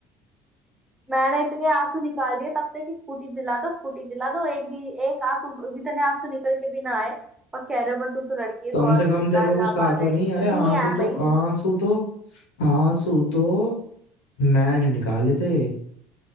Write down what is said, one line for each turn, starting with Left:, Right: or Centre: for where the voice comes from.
Right: मैंने इतने आंसू निकाल दिए तब से कि स्कूटी दिला दो स्कूटी दिला दो एक भी एक आंसू इतने आंसू निकल के भी ना आए और कह रहे हो पर तू तो लड़की है
Left: कम
Right: दो
Left: से
Right: आंसू
Left: कम
Right: निकाल
Left: तेरे को कुछ
Right: लाभ
Left: कहा
Right: आ
Left: तो
Right: जाएंगे
Left: नहीं
Right: कहीं
Left: अरे आंसू
Right: नहीं आया
Left: तो
Right: भाई
Left: आंसू तो आंसू तो मैंने निकाले थे